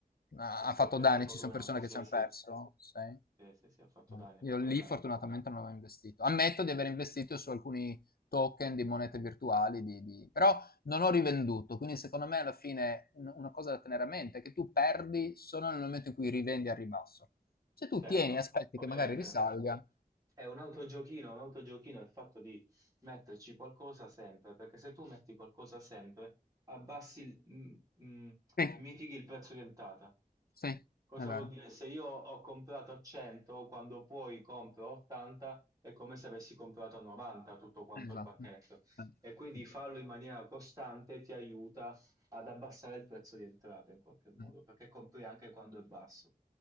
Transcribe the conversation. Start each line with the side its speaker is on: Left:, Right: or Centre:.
Left: ha
Right: È scoppiata
Left: ha fatto danni,
Right: proprio
Left: ci son
Right: una...
Left: persone
Right: Sì,
Left: che ci han
Right: sì,
Left: perso, sai?
Right: sì, sì, sì, ha fatto
Left: Mh.
Right: danni, ha fatto
Left: Io lì
Right: danni.
Left: fortunatamente non avevo investito. Ammetto di aver investito su alcuni token di monete virtuali di di però non ho rivenduto, quindi secondo me alla fine un una cosa da tenere a mente è che tu perdi solo nel momento in cui rivendi al ribasso. Se tu
Right: Certo,
Left: tieni e aspetti
Right: ovviamente.
Left: che magari risalga
Right: È un altro giochino, un altro giochino è il fatto di metterci qualcosa sempre, perché se tu metti qualcosa sempre, abbassi, il- m- m-
Left: sì,
Right: mitighi il prezzo di entrata.
Left: sì, è
Right: Cosa
Left: vero.
Right: vuol dire? Se io ho comprato a 100, quando poi compro a 80, è come se avessi comprato a 90 tutto quanto
Left: Esatto.
Right: il pacchetto.
Left: Sì,
Right: E quindi
Left: sì.
Right: farlo in maniera costante ti aiuta ad abbassare il prezzo di entrata in qualche modo,
Left: Mh.
Right: perché compri anche quando è basso.